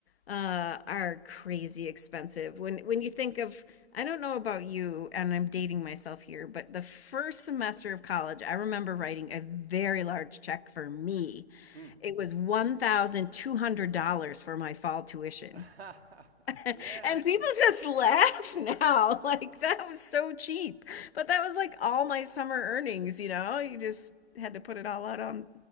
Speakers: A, on the left; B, on the right.
A: uh, are crazy expensive. When when you think of, I don't know about you, and I'm dating myself here, but the first semester of college, I remember writing a very large check for me.
B: Mm.
A: It was $1,200 for my fall tuition.
B: <laughs>
A: <laughs>
B: yes.
A: And people just laugh now, <laughs> like that was so cheap. But that was like all my summer earnings, you know? You just had to put it all out on